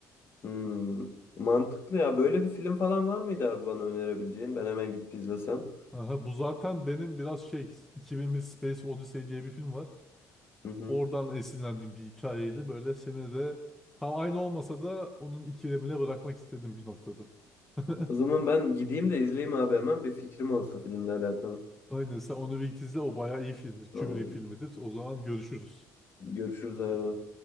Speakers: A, on the left; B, in the centre.
A: Hmm. Mantıklı ya. Böyle bir film falan var mıydı abi bana önerebileceğin? Ben hemen gidip izlesem.
B: Aha, bu zaten benim biraz şey 2001 Space Odyssey diye bir film var.
A: Hı hı.
B: oradan
A: <laughs>
B: esinlendiğim bir hikayeydi. Böyle seni de tam aynı olmasa da onun ikilemine bırakmak istedim bir noktada. <laughs>
A: O zaman ben gideyim de izleyeyim abi hemen bir fikrim olsun filmle alakalı.
B: Aynen sen onu bir git izle o bayağı iyi filmdir.
A: Tamam.
B: Kubrick'in filmidir. O zaman görüşürüz.
A: Görüşürüz abi.